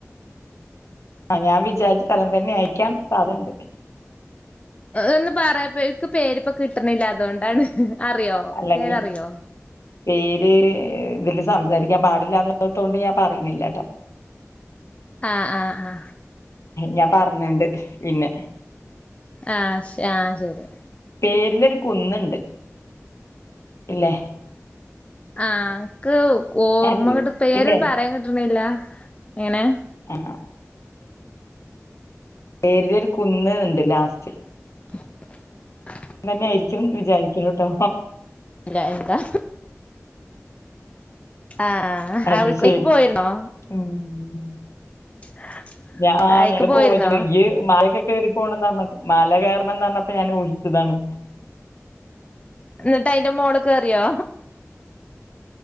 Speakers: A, on the left (about 65°); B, on the left (about 25°).
A: ആഹ് ഞാൻ വിചാരിച്ച സ്ഥലം തന്നായിക്കാം സാധണ്ട്
B: ഒന്ന് പറയപ്പോക്ക് പേരിപ്പൊ കിട്ടണില്ല അതുകൊണ്ടാണ് അറിയോ
A: അല്ലഞ്ഞി
B: പേരറിയോ
A: പേര് ഇതില് സംസാരിക്കാൻ പാടില്ലന്നതൊണ്ട് ഞാൻ പറയണില്ലട്ടോ
B: ആ ആ ആ
A: ഞാൻ പറഞ്ഞണ്ട് പിന്നെ
B: ആഹ് ആഹ് ശരി
A: പേരിലൊരു കുന്നുണ്ട് ഇല്ലേ
B: ആ എക്ക് ഓർമ്മ
A: ഞാനൊരു
B: കട്ട പേര
A: ഇല്ലേ
B: പറയാൻ കിട്ടണില്ല എങ്ങനെ
A: ആ പേരിലൊരു കുന്നുന്നുണ്ട് ലാസ്റ്റ്
B: <inaudible>
A: തന്നെയ ആയിരിക്കും വിചാരിക്കണ കേട്ടോ
B: ഇല്ല എന്താ ആഹ്
A: അത്
B: അവിടേക്ക്
A: ശരി
B: പോയിരുന്നോ
A: ഉം <inaudible>
B: <inaudible>
A: ഞാ ആ
B: അയിക്ക്
A: ഞ പോയിട്ടണ്ട്
B: പോയിരുന്നോ
A: ഈ മലക്കെ കേയറി പോകണംന്ന് പറഞ്ഞപ്പ മല കയറണംന്ന് പറഞ്ഞപ്പോ ഞാന് ഓയ് താണ്
B: എന്നിട്ട് അയിന്റെ മോളെ കേറിയോ